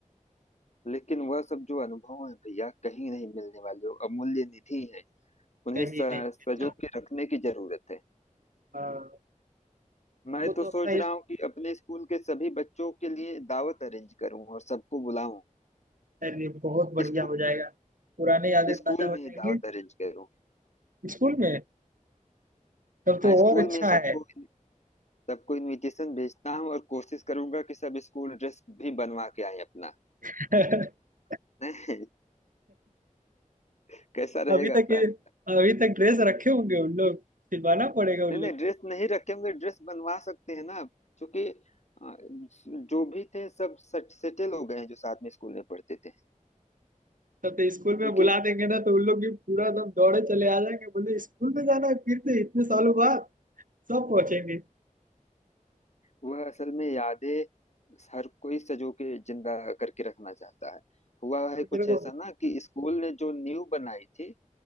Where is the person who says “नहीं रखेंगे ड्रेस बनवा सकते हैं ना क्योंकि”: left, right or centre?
Left